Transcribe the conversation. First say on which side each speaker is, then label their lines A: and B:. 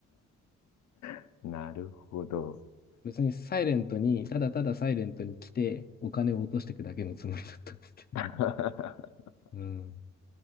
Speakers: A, on the left; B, on the left.
A: <laughs> なるほど。
B: 別にサイレントに、ただただサイレントに来て、お金を落としていくだけのつもりだったんですけ
A: <laughs>
B: ど。うん、